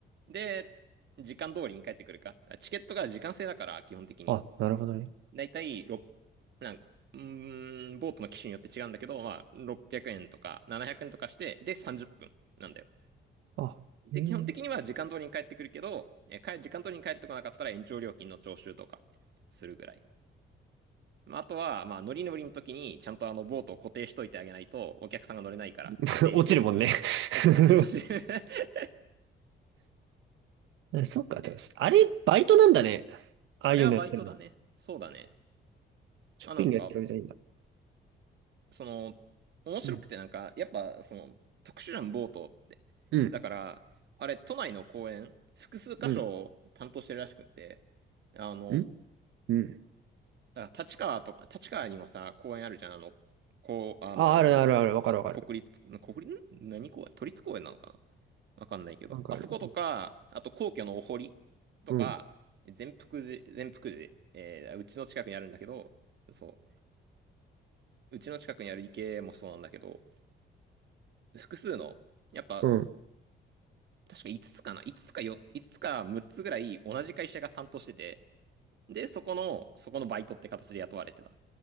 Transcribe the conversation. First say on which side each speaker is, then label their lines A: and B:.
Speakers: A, on the right; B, on the right.
A: で、時間通りに帰ってくるか。チケットが時間制だから、基本的に。
B: あ、なるほどね。
A: だいたいろくなんうーん、ボートの機種によって違うんだけど、まあ、600円とか700円とかして、で、30分なんだよ。
B: あ、
A: で、
B: うん。
A: 基本的には時間通りに帰ってくるけど、えー、帰時間通りに帰ってこなかったら延長料金の徴収とかするぐらい。まあ、あとは、まあ、乗り乗りの時に、ちゃんとあの、ボートを固定しといてあげないと、お客さんが乗れないから、
B: <laughs>
A: 固定しておくみたいな。
B: 落ちるもんね
A: 嘘、
B: <laughs>
A: 落ちる落ちる <laughs>
B: えそっか、でもあれ、
A: え、
B: バイトなんだね。ああいうのやってるの。
A: あれはバイトだね。そうだね。
B: 職員がやってるわけじゃないんだ。
A: あ、なんか、その、面白くてなんか、
B: うん。
A: やっぱ、その、特殊じゃん、ボートって。
B: うん。
A: だから、あれ、都内の公園、複数箇所を担当してるらしくって、
B: うん。
A: あの、
B: うん。うん
A: あ立川とか、立川にもさ、公園あるじゃん、あの、こう、あの、
B: あ、あるねあるある。わかるわかる。
A: 国立、国立、ん何公園都立公園なのかなわかんないけど。
B: わかる。
A: あそことか、あと皇居のお堀とか、
B: うん。
A: 善福寺、善福寺、えーうちの近くにあるんだけど、そう、うちの近くにある池もそうなんだけど、複数の、やっぱ、
B: うん。
A: 確か5つつかな ?5 つつかよ、5つつか6つぐらい同じ会社が担当してて、で、そこの、そこのバイトって形で雇われてた。